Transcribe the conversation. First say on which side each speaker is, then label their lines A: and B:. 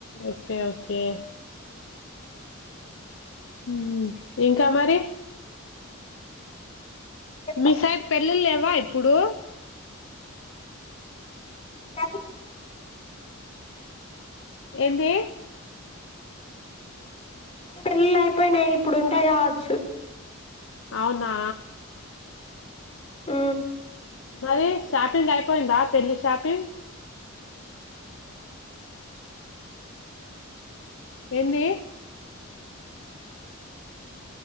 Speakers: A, on the left; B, on the left.
A: ఓకే ఓకే ఉ ఇంకా మరి
B: చెప్పాలి
A: మీ సైడ్ పెళ్ళిళ్ళు లేవా ఇప్పుడు
B: ఉన్నాయి కానీ <inaudible> అనుకుంటా
A: ఏందీ
B: పెళ్ళిళ్ళు అయిపోయినాయి ఇప్పుడు ఉంటాయి కావచ్చు
A: అవునా
B: ఉ
A: మరి షాపింగ్ అయిపోయిందా పెళ్ళి షాపింగ్ ఏందీ